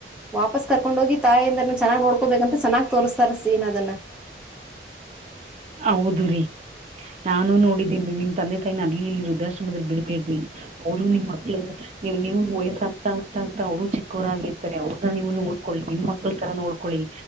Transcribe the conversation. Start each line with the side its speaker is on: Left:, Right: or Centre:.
Centre: ವಾಪಸ್ ಕರ್ಕೊಂಡ ಹೋಗಿ ತಾಯಿಂದ. ಚೆನ್ನಾಗ್ ನೋಡ್ಕೋಬೇಕಾಂತ ಚೆನ್ನಾಗ್ ತೋರಿಸ್ತಾರ ಸೀನ್ ಅದನ್ನ.
Right: ಹೌದು ರೀ ನಾನು ನೋಡಿದ್ದೀನಿ ರೀ. ತಂದೆ ತಾಯಿನ ಅಲ್ಲಿ ಇಲ್ಲಿ ವೃದ್ಧಾಶ್ರಮದಲ್ಲಿ ಬಿಡುಬೆಡ್ರಿ ಅವ್ರು ನಿಮ್ ಮಕ್ಳು. ನೀವ್ ನೀವು ವಯಸ್ಸ್ ಆಗ್ತಾ ಆಗ್ತಾ ಆಗ್ತಾ ಅವರು ಚಿಕ್ಕೋರಾಗಿರ್ತಾರೆ ಅವ್ರದ ನೀವು ನೋಡ್ಕೊಳ್ಳಿ ನಿಮ್ ಮಕ್ಳ ತರ ನೋಡ್ಕೊಳಿ.